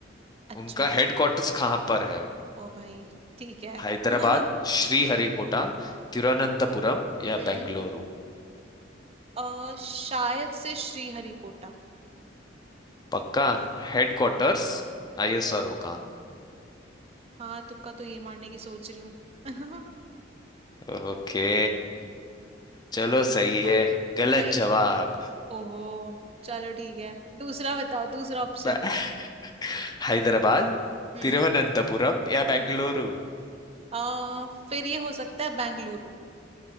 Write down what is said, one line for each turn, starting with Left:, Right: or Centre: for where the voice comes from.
Right: अच्छा
Left: उनका हेडक्वार्टर्स कहाँ पर है
Right: ओ भाई ठीक है
Left: हैदराबाद
Right: <laughs> हम्म
Left: श्रीहरिकोटा तिरुवनंतपुरम या
Right: हम्म
Left: बेंगलुरु
Right: अ शायद से श्रीहरिकोटा
Left: पक्का हेडक्वार्टर्स आईएसआरओ का
Right: हाँ तुक्का तो ये मारने की सोच रही हूँ <laughs>
Left: ओके चलो सही
Right: बा
Left: है गलत
Right: सही
Left: जवाब
Right: है ओहो चलो ठीक है दूसरा बताओ दूसरा ऑप्शन
Left: <laughs> हैदराबाद
Right: <laughs>
Left: तिरुवनंतपुरम या
Right: हम्म
Left: बेंगलुरु
Right: आ, फिर ये हो सकता है बेंगलुरु